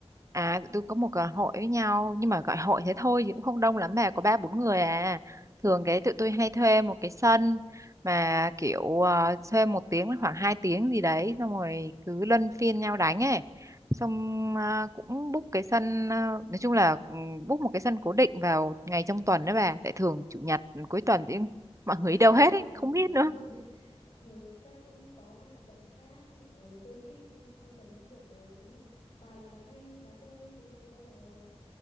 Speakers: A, on the right (about 30°); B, on the left (about 65°).
A: À, tụi tôi có một ờ, hội với nhau nhưng mà gọi hội thế thôi chứ cũng không đông lắm mà có ba bốn người à. Thường cái tụi tôi
B: Ừ,
A: hay thuê một cái sân mà kiểu ờ, thuê một tiếng đến khoảng 2 tiếng gì đấy xong rồi cứ luân phiên nhau đánh ấy. Xong ờ, cũng book cái sân ờ, nói chung là ừ, book một cái sân cố định vào ngày trong tuần đó bà. Tại thường chủ nhật cuối tuần thì mọi người đi đâu hết ấy,
B: ờ,
A: không biết nữa.
B: <laughs> mọi người, mọi người chắc cũng có cái hoạt động khác. Ừ, tôi nghĩ cứ trong tuần cũng được rồi. Thế thì bà là bà hay, bà chơi cái này từ bao giờ rồi?